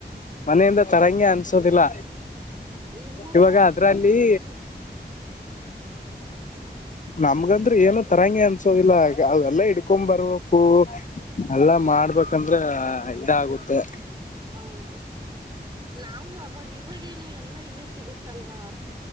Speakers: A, on the left; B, on the right.
A: ಮನೆಯಿಂದ ತರಂಗಗೆ ಅನ್ಸೋದಿಲ್ಲ
B: ಇಲ್ಲ
A: ಇವಾಗ
B: ಬ್ರೋ ಅಂದ್ರು
A: ಅದ್ರಲ್ಲಿ
B: ನಂದ
A: ನಮ್ಗಂದ್ರ ಏನು ತರಂಗಿ ಅನ್ಸೋದಿಲ್ಲ ಅವೆಲ್ಲ ಇಡ್ಕೊ ಬರ್ಬೇಕು ಅಲ್ಲಾ
B: ಹಾಂ
A: ಮಾಡ್ಬೇಕಂದ್ರೆ ಇದಾಗುತ್ತೆ
B: ಹೌದು ನಾವು ಅವಾಗ ಇವಾಗೇನು ಎಲ್ಲಾ ಇಲ್ಲೇ ಸಿಗುತ್ತಲ್ವಾ